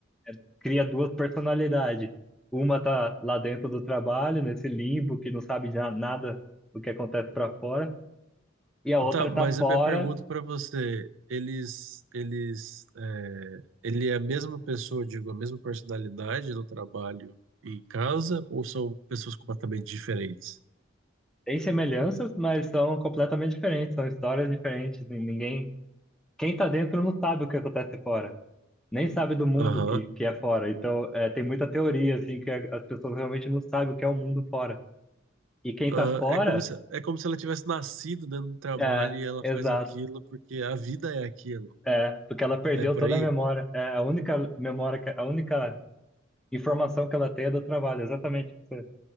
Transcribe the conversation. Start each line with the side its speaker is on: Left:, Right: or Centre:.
Centre: é- cria duas personalidades. Uma tá lá dentro do trabalho, nesse limbo, que não sabe na- nada do que acontece pra fora, e a outra
Right: Tá, mas
Centre: tá fora.
Right: a minha pergunta para você, eles, eles, é, ele é a mesma pessoa, digo, a mesma personalidade no trabalho e em casa, ou são pessoas completamente diferentes?
Centre: Tem semelhanças, mas são completamente diferentes, são histórias diferentes. e Ninguém, quem tá dentro não sabe o que acontece fora, nem sabe do mundo
Right: Aham.
Centre: que, que é fora. Então, é, tem muita teoria assim que a- as pessoas realmente não sabem o que é o mundo fora. E quem
Right: Ah,
Centre: tá fora,
Right: é como se, é como se ela tivesse nascido dentro do trabalho
Centre: é,
Right: e ela
Centre: Exato.
Right: faz aquilo porque a vida é aquilo,
Centre: É, porque ela perdeu
Right: né? Por
Centre: toda
Right: aí?
Centre: a memória. É, a única memória, que, a única informação que ela tem é do trabalho, exatamente o que você